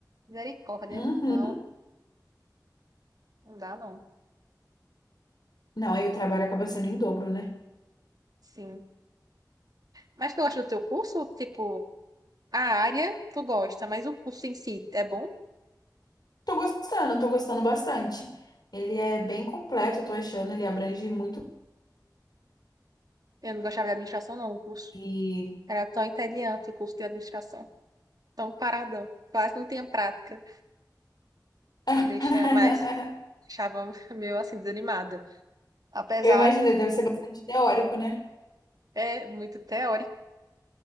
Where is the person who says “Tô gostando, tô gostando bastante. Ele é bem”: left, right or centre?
Left